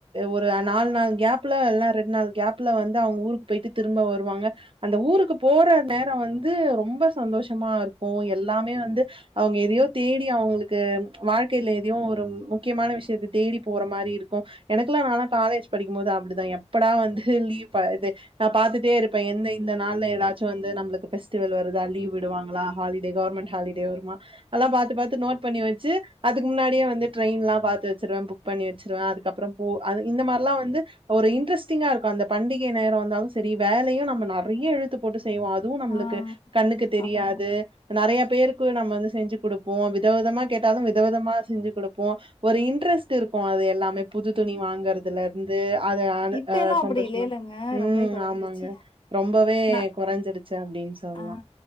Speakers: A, on the right (about 50°); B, on the left (about 45°).
A: ஒரு நால் நாள் கேப்ல இல்னா ரெண்நாள் கேப்ல வந்து அவுங்க ஊருக் போய்ட்டு திரும்ப வருவாங்க அந்த ஊருக்கு போற நேரோ வந்து ரொம்ப சந்தோஷமாருக்கு எல்லாமே வந்து அவுங்க எதையோ தேடி அவுங்ளுக்கு வாழ்க்கைல எதயோ ஒரு முக்கியமான விஷ்யத்த தேடி போற மாரி இருக்கு எனக்குலா நாலா காலேஜ் படிக்கும்போது அப்டிதா எப்படா வந்து லீவ் இது நா பாத்துட்டேருப்பே எந்த இந்த நாள்ல எதாச்சு வந்து நம்ளுக்கு ஃபெஸ்டிவல் வருதா லீவ் விடுவாங்ளா ஹாலிடே கவர்மெண்ட் ஹாலிடே வருமா அல்லா பாத்து பாத்து நோட் பண்ணி வச்சு அதுக்கு முன்னாடியே வந்து ட்ரெயின்லா பாத்துவச்சுருவே புக் பண்ணி வச்சுருவே அதுக்கப்றோ போ அது இந்த மார்லா வந்து ஒரு இன்ட்ரெஸ்டிங்காருக்கு அந்த பண்டிகை நேரோ வந்தாலு சேரி வேலையு நம்ம நறைய இழுத்து போட்டு செய்வோ அதுவு நம்ளுக்கு
B: ஆ
A: கண்ணுக்கு தெரியாது
B: ஆமாமா.
A: ப்ப நறைய பேருக்கு நம்ம வந்து செஞ்சு குடுப்போ விதவிதமா கேட்டாலு விதவிதமா செஞ்சு குடு ப்போ ஒரு இன்ட்ரெஸ்ட்ருக்கு அது எல்லாமே புது துணி வாங்குறதுல ந்து அத ஆனு
B: இப்ப
A: ஆ
B: எல்லாம்
A: சந்தோஷ்மா
B: அப்படி இல்லைலங்க.
A: ம்
B: ரொம்பவே குறைஞ்சிருச்சு.
A: ஆமாங்க ரொம்பவே
B: நான்
A: கொறஞ்சிடுச்சு அப்டின் சொல்லா
B: ஆ